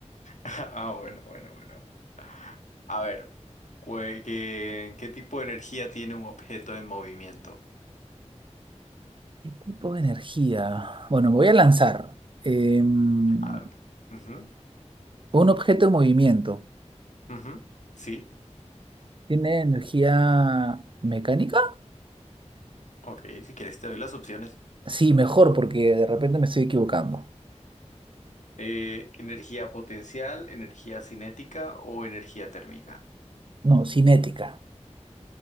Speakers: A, on the left; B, on the right.
A: Ah, bueno, bueno, bueno. A ver, ¿qué, qué qué tipo de energía tiene un objeto en movimiento?
B: ¿Qué tipo de energía? Bueno, me voy a lanzar. Em,
A: Ah, ujú,
B: un objeto en movimiento.
A: ujú, Sí,
B: ¿Tiene energía mecánica?
A: ok, si quieres te doy las opciones.
B: Sí, mejor porque de repente me estoy equivocando.
A: Eh, energía potencial, energía cinética o energía térmica.
B: No, cinética.